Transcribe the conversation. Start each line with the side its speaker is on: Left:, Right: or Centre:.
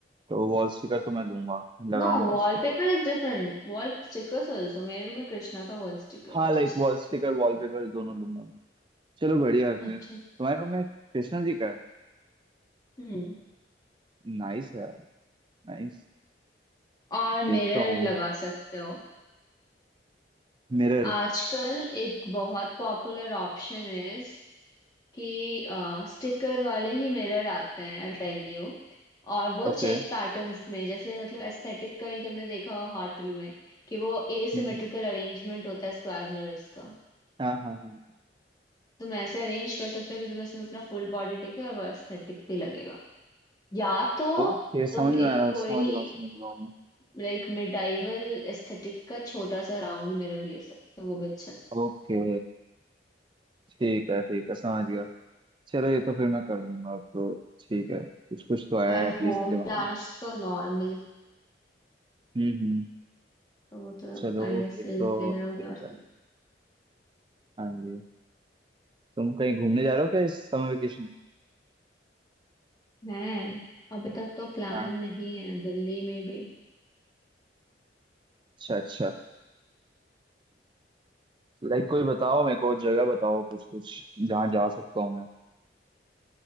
Right: तो वॉल स्टिकर तो मैं लूंगा लगाऊंगा
Left: No wallpaper
Right: उसको
Left: is different wall stickers also मेरे room में कृष्णा का वॉल स्टिकर
Right: हाँ
Left: है
Right: लाइक
Left: जैसे
Right: वॉल स्टिकर वॉलपेपर दोनों लूंगा मैं चलो बढ़िया है फिर
Left: अच्छा
Right: तुम्हारे रूम में कृष्णा जी का है
Left: हम्म
Right: नाइस है यार नाइस
Left: और मिरर
Right: देखता हूँ
Left: लगा सकते हो
Right: मिरर
Left: आजकल एक बहुत पॉपुलर ऑप्शन है कि स्टिकर वाले ही मिरर आते हैं आई टेल यू और वो
Right: ओके
Left: चेक
Right: हम्म
Left: पैटर्न्स में जैसे मतलब एस्थेटिक का ही तुमने देखा होगा होटल में कि वो एसिमेट्रिकल
Right: हम्म,
Left: अरेंजमेंट होता है स्क्वायर मिरर्स का
Right: हाँ हाँ हाँ
Left: तुम ऐसे अरेंज कर सकते हो कि तुम्हें उसमें अपना फुल बॉडी दिखे और वो एस्थेटिक भी लगेगा या तो
Right: ओके समझ
Left: तुम
Right: में
Left: एक
Right: आ रहा हूँ
Left: कोई
Right: समझ रहा हूँ समझ रहा हूँ मैं।
Left: लाइक मिडाइवल एस्थेटिक का छोटा सा राउंड मिरर ले सकते हो वो भी अच्छा
Right: ओके ठीक है ठीक है समझ गया चलो ये तो फिर मैं कर लूंगा अब तो ठीक है कुछ कुछ तो आया
Left: लगता है। एंड
Right: एटलीस्ट
Left: होम
Right: दिमाग
Left: प्लांट्स
Right: में
Left: तो नॉर्मल
Right: हम्म हम्म
Left: तो वो तो
Right: चलो
Left: I guess
Right: फिर
Left: will
Right: तो
Left: figure out
Right: ठीक
Left: your
Right: है हाँ जी तुम कहीं घूमने जा रहे हो क्या इस समर वेकेशन
Left: है अभी तक तो प्लान
Right: हाँ
Left: नहीं है दिल्ली में भी
Right: अच्छा अच्छा लाइक कोई बताओ मेरे को जगह बताओ कुछ कुछ जहाँ जा सकता हूँ मैं